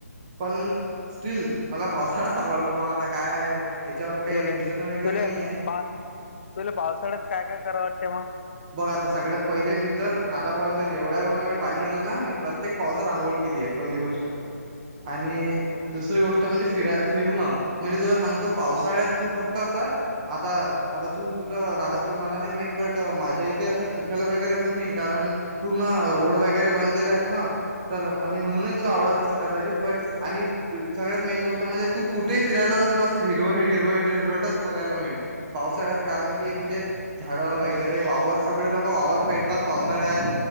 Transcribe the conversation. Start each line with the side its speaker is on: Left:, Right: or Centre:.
Right: पण स्टील मला पावसाळाच आवडतो बाबा आता काय याच्यावर काही
Left: तुले,
Right: रिझन
Left: तुले
Right: वगैरे नाहीये.
Left: पा तुले पावसाळ्यात काय काय कराव वाटते मग?
Right: बघ आता सगळ्यात पहिले मी तर आतापर्यंत जेवढ्या वेळ पाणी आलं ना, मी प्रत्येक पावसात आंघोळ केलीय पहिली गोष्ट आणि दुसरी गोष्ट म्हणजे फिराय फिरणं म्हणजे तुला सांगतो पावसाळ्यात तू फक्त असं आता आता तू कुठं राहतो मला नाही माहित बट माझ्या इथे असं चिखल वगैरे होत नाही कारण पूर्ण रोड वगैरे बनलेले आहेत ना तर आणि म्हणूनच तुला आवडत नसेल कदाचित बट आणि सगळ्यात मेन गोष्ट म्हणजे तू कुठेही फिरायला तर तुला असं हिरवं, हिरवं, ह हिरवटच बघायला मिळेल पावसाळ्यात कारण की म्हणजे झाडं वगैरे वावर सगळे लोक वावर पेरतात पावसाळ्यात